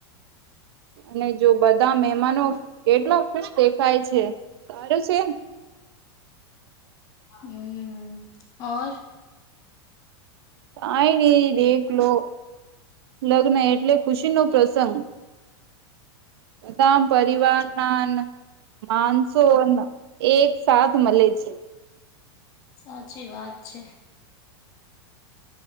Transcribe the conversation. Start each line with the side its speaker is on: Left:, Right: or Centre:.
Right: અને જો બધા મહેમાનો કેટલા ખુશ દેખાય છે. સારું છે?
Left: હમ ઓર.
Right: કાઈ નય દેખ લો. લગ્ન એટલે ખુશીનો પ્રસંગ. બધામ પરિવારનાન માનસોન એકસાથ મલે છે.
Left: સાચી વાત છે.